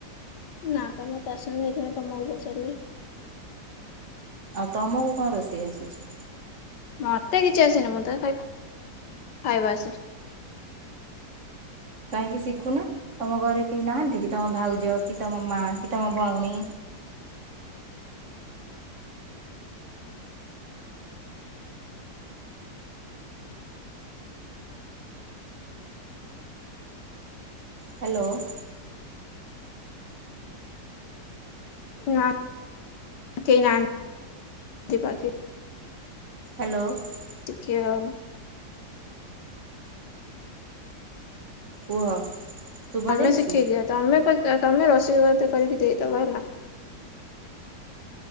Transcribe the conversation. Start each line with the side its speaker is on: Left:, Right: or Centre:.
Left: ନା ତ ମତେ ଆସୁନି ସେଥିପାଇଁ ତମ କୁ ପଚାରିଲି।
Right: ଆଉ ତମକୁ କଣ ରୋଷେଇ ଆସୁଛି?
Left: ମତେ କିଛି ଆସିନି ମତେ ଖାଇବା ଆସେ।
Right: କାହିଁକି ଶିଖୁନ ତମ ଘରେ କେହି ନାହାନ୍ତି? କି ତମ ଭାଉଜ କି ତମ ମା କି ତମ ଭଉଣୀ। ହାଲୋ <unintelligible>
Left: <inaudible>
Right: ହାଲୋ <unintelligible>
Left: <inaudible> <unintelligible>
Right: କୁହ <unintelligible>
Left: ତମେ
Right: ଯାଉଛି
Left: ଶିଖେଇ ଦିଅ ତମେ। <inaudible>